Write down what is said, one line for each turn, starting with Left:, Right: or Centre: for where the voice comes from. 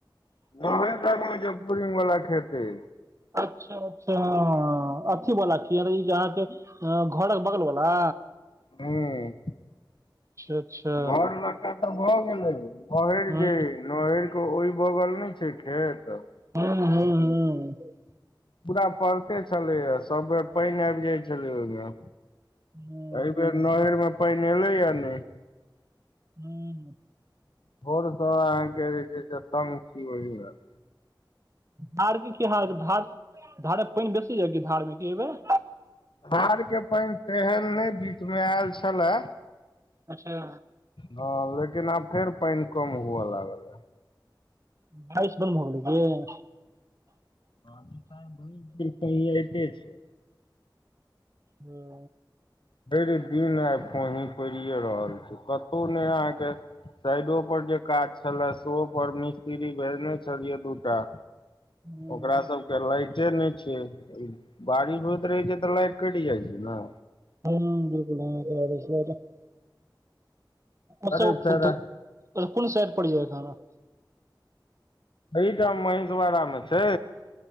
Left: गामे लग मे जेे बोरिंग वाला खेत अछि।
Right: अच्छा! अच्छा! अथी बला छि, अरे ईजे अहाॅंके आ, घोड़क बगलवला।
Left: हँ।
Right: अच्छा
Left: घर लकका तऽ भऽ गेलै, बहरि
Right: हूँ
Left: जे नहर कऽ ओहि बगल नहि छै खेत।
Right: हँ- हँ। हँ।
Left: पूरा पड़ते छलैएा सब बेर पानि आबि जाइत छलै ओहिमे।
Right: हू।
Left: एहि बेर नहरमे पानि एलैया नहि।
Right: हू।
Left: भोर सब अहाँके जे छै से, तंग छी ओहि मे।
Right: धार क की हाल, धार धारक पानि बेसी आबि गेल क धार मे की अइबैर।
Left: धार के पानि तेहन नहि बीच मे आयल छलए।
Right: अच्छा।
Left: हँ, लेकिन आब फेर पानि कम हुअ लागल।
Right: बारिश बन्द भ गेले की।
Left: आइत भैर दिन पैन होइते छै।
Right: हँ।
Left: भरि दिन आइ पानी पड़िए रहल छै, कतहु नहि अहाँके साइडो पर जे काज छलला शोहो पर मिस्त्ररी भेजने छललिए दूटा।
Right: की
Left: ओकरा सबके लाइटे नहि छै। बारिश होइत रहै छै तऽ, लाइट कटि जाइ छै ने।
Right: हँ बिल्कुल हँ कै छैर। <unintelligible> ब
Left: अरे
Right: फन
Left: फेर
Right: कोन साइड पड़ जाय खान। <unintelligible>
Left: एहिठाम महिषवराामे छै।